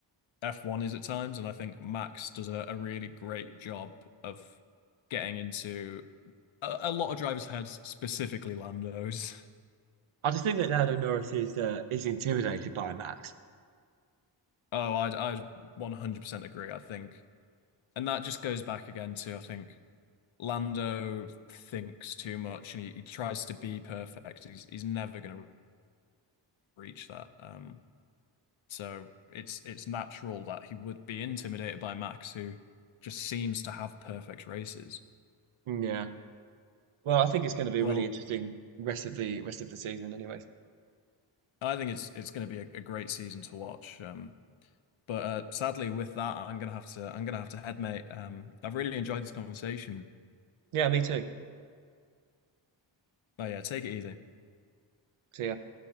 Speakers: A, on the left; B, on the right.
A: F1 is at times, and I think Max does a, a really great job of getting into a, a lot of drivers' heads, specifically Lando's. <laughs>
B: I just think that Lando Norris is uh, is intimidated by Max.
A: Oh, I'd I'd 100% agree, I think. And that just goes back again to I think Lando thinks too much and he, he tries to be perfect. He's he's never going to reach that. Um, so it's it's natural that he would be intimidated by Max, who just seems to have perfect races.
B: Yeah. Well, I think it's going to be
A: Well,
B: a really interesting rest of the rest of the season, anyways.
A: I think it's it's going to be a, a great season to watch. Um, but uh, sadly, with that, I'm gonna have to I'm gonna have to head, mate. Um, I've really enjoyed this conversation.
B: Yeah, me too.
A: But yeah, take it easy.
B: See ya.